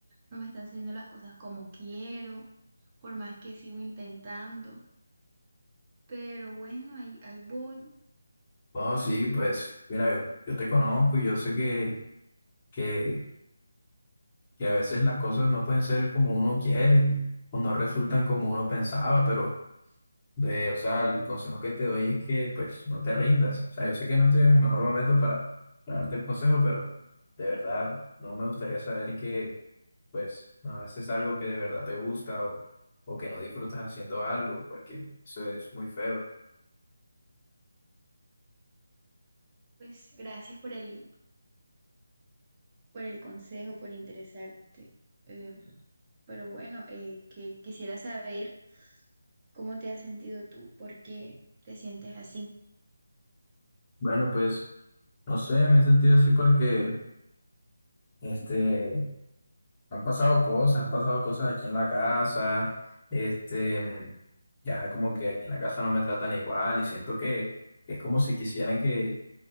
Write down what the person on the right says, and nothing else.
no me están saliendo las cosas como quiero, por más que sigo intentando. Pero bueno, ahí, ahí voy.
Pues gracias por el, por el consejo, por interesarte. Eh, pero bueno, eh, que, quisiera saber cómo te has sentido tú, por qué te sientes así.